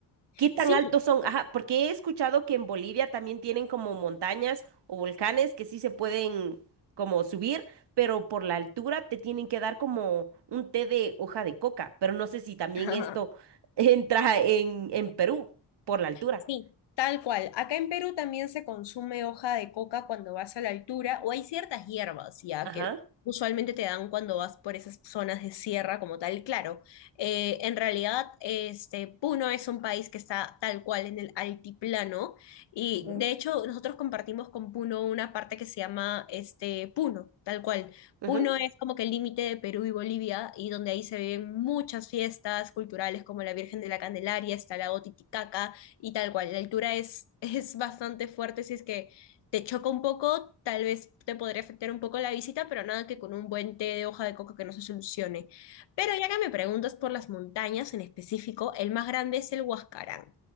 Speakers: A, on the right (about 75°); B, on the left (about 80°).
A: ¿Qué tan
B: Sí.
A: altos son? Ajá, porque he escuchado que en Bolivia también tienen como montañas o volcanes que sí se pueden como subir, pero por la altura te tienen que dar como un té de hoja de coca. Pero no sé si también
B: <laughs>
A: esto <laughs> entra en, en Perú por la altura.
B: Sí, tal cual. Acá en Perú también se consume hoja de coca cuando vas a la altura, o hay ciertas hierbas ya
A: Ajá.
B: que usualmente te dan cuando vas por esas zonas de sierra como tal. Claro, eh, en realidad este, Puno es un país que está tal cual en el altiplano y
A: Ujú,
B: de hecho nosotros compartimos con Puno una parte que se llama este, Puno, tal cual.
A: ujú,
B: Puno es como que el límite de Perú y Bolivia y donde ahí se ven muchas fiestas culturales como la Virgen de la Candelaria, está el lago Titicaca y tal cual, la altura es, <laughs> es bastante fuerte, si es que te choca un poco, tal vez te podría afectar un poco la visita, pero nada que con un buen té de hoja de coca que no se solucione. Pero ya que me preguntas por las montañas en específico, el más grande es el Huascarán.